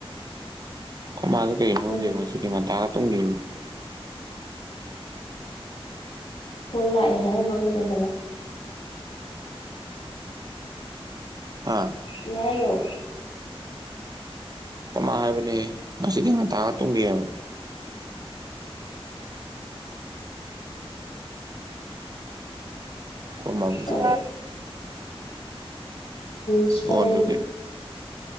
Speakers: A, on the right; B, on the left.
A: ꯑꯥꯈꯣꯏꯃꯥꯁꯦ ꯀꯩꯒꯤꯅꯣ ꯈꯪꯗꯦ
B: ꯎꯝ
A: ꯉꯥꯟꯇꯥꯅ ꯇꯨꯝꯒꯤꯕ
B: ꯐꯣꯟ ꯂꯥꯛꯑꯦ ꯍꯥꯏꯔꯝꯃ ꯀꯩꯗꯧ ꯈꯕ
A: ꯍꯥ꯫
B: ꯀꯩꯍꯥꯏꯅꯣ꯫
A: ꯑꯩꯈꯣꯏꯃꯥ ꯍꯥꯏꯕꯅꯦ ꯉꯁꯤꯗꯤ ꯉꯟꯇꯥꯅ ꯇꯨꯝꯒꯤ ꯍꯥꯏꯕ ꯑꯩꯈꯣꯏ ꯃꯥꯕꯣꯛꯁꯨ
B: ꯑꯣ <unintelligible> ꯁꯦꯔꯩ
A: ꯂꯣꯟꯗꯨꯗꯤ